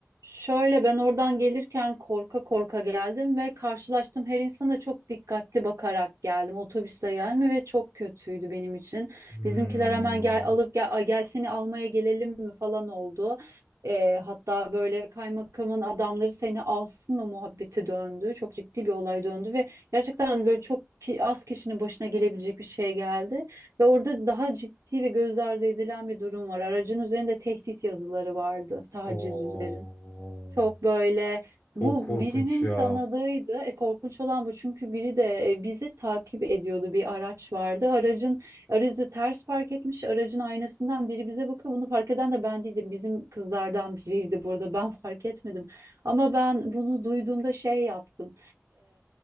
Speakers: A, on the right; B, on the left.
A: Şöyle ben oradan gelirken korka korka geldim ve karşılaştım her insana çok dikkatli bakarak geldim. Otobüsle gelme ve çok kötüydü benim için.
B: Hmm.
A: Bizimkiler hemen gel alıp gel, ay gel seni almaya gelelim mi falan oldu. Ee, hatta böyle kaymakamın adamları seni alsın mı muhabbeti döndü. Çok ciddi bir olay döndü ve gerçekten böyle çok ki- az kişinin başına gelebilecek bir şey geldi. Ve orada daha ciddi ve göz ardı edilen bir durum var. Aracın üzerinde tehdit yazıları vardı, taciz
B: Oo.
A: üzerine. Çok böyle bu
B: Çok korkunç
A: birinin
B: ya.
A: tanıdığıydı. E, korkunç olan bu çünkü biri de e, bizi takip ediyordu bir araç vardı. Aracın aracı ters park etmiş. Aracın aynasından biri bize bakıyor. Bunu fark eden de ben değildim. Bizim kızlardan biriydi burada. Ben fark etmedim. Ama ben bunu duyduğumda şey yaptım